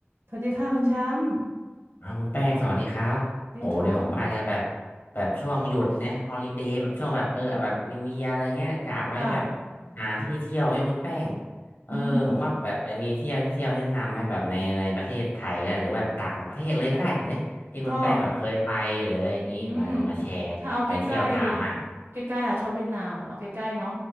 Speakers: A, on the right; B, on the left.
A: สวัสดีค่ะคุณแชมป์
B: อ้าวคุณแป้งสวัสดีครับ
A: สวัสดีค่ะ
B: โอ้เนี่ยผมว่าจะแบบแบบช่วงหยุดเนี่ยฮอลิเดย์แบบช่วงแบบเออแบบนิวเยียอะไรเงี้ยกะไว้แบบ
A: ค่ะ
B: หาที่เที่ยวให้คุณแป้งเออผมว่าแบบมีเที่ยวที่เที่ยวแนะนำไหมแบบในในประเทศไทยก็ได้หรือแบบต่างประเทศเลยก็ได้เลยที่คุณแป้งแบบเคยไปหรืออะไรอย่างนี้เราจะมาแชร์ไปเที่ยวตามมั่ง
A: อืมก็อืมถ้าเอาใกล้ๆอ่ะใกล้ๆอ่ะชอบเวียดนามเอาใกล้ๆเนาะ